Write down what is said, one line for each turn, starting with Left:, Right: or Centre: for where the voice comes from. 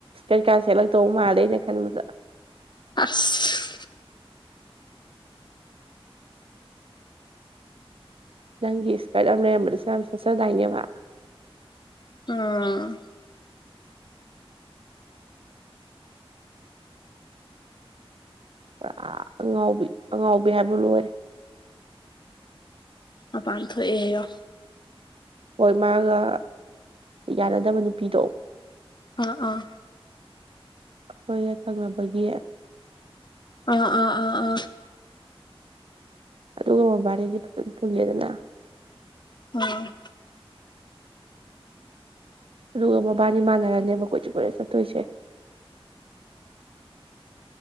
Right: ꯀꯩꯀꯥ ꯁꯦꯠꯂꯛꯇꯧ ꯃꯥꯜꯂꯦ ꯑꯩꯅ ꯈꯟꯕꯗ
Left: ꯑꯁ
Right: ꯅꯪꯒꯤ ꯏꯁꯀꯔꯠ ꯑꯃ ꯂꯩꯔꯝꯕꯗꯁꯨ ꯌꯥꯝ ꯁꯦꯠꯆꯗꯥꯏꯅꯦꯕ
Left: ꯎꯝ
Right: ꯄꯨꯔꯥ ꯑꯉꯥꯎꯕꯤ ꯑꯉꯥꯎꯕꯤ ꯍꯥꯏꯕ ꯂꯣꯏꯔꯦ
Left: ꯃꯄꯝ ꯊꯣꯛꯑꯦ
Right: ꯍꯣꯏ ꯃꯥꯒ ꯌꯥꯅꯗꯕ ꯅꯨꯄꯤꯗꯣ
Left: ꯑꯥ ꯑꯥ
Right: ꯑꯩꯈꯣꯏꯒ ꯊꯪꯅꯕꯒꯤ
Left: ꯑꯣ ꯑ ꯑ ꯑ
Right: ꯑꯗꯨꯒ ꯃꯕꯥꯔꯗꯤ ꯐꯖꯅ ꯄꯨꯜꯂꯦꯗꯅ <unintelligible>
Left: ꯎꯝ
Right: ꯑꯗꯨꯒ ꯃꯕꯥꯅꯤ ꯃꯥꯟꯅꯔꯅꯦꯕ ꯀꯣꯏꯆꯠ ꯀꯣꯏꯆꯠ ꯆꯠꯇꯣꯏꯁꯦ <inaudible>